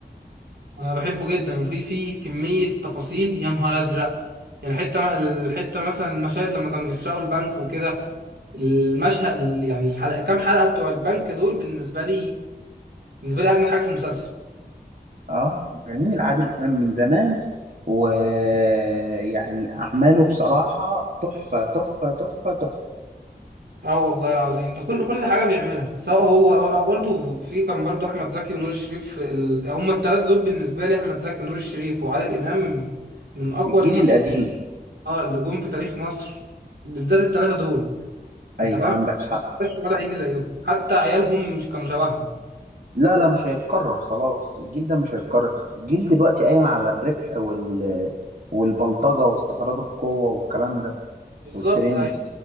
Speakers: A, on the right (about 75°); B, on the right (about 55°).
A: انا بحبه جدا وفي في كميه تفاصيل يا نهار ازرق يعني حته الحته مثلا المشاهد لما كانوا بيسرقوا البنك وكده المشهد يعني الحلقه كام حلقه بتوع البنك دول بالنسبه لي بالنسبه لي اجمل حاجه في المسلسل
B: اه جميل عادل امام من زمان ويعني اعماله بصراحه تحفه تحفه تحفه تحفه
A: اه والله العظيم ده كل كل حاجه بيعملها سواء هو أو برضه في كان برضه احمد زكي ونور الشريف ال... هما الثلاثه دول بالنسبه لي احمد زكي ونور الشريف وعادل امام من اقوى
B: الجيل
A: الممثلين
B: القديم
A: اه اللي جم في تاريخ مصر بالذات الثلاثه دول انت
B: ايوه
A: فاهم
B: عندك حق
A: بس ولا هيجي زيهم حتى عيالهم مش كانوا شبههم
B: لا لا مش هيتكرر خلاص الجيل ده مش هيتكرر الجيل دلوقتي قايم على الربح وال والبلطجة واستعراض القوة والكلام ده
A: بالظبط
B: والترند
A: ايوه